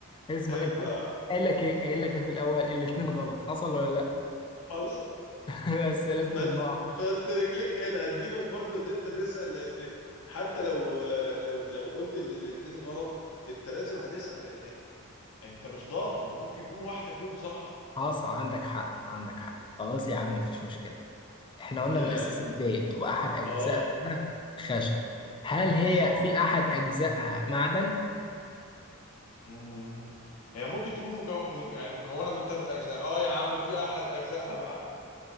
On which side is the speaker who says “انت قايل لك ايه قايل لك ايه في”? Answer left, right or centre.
Left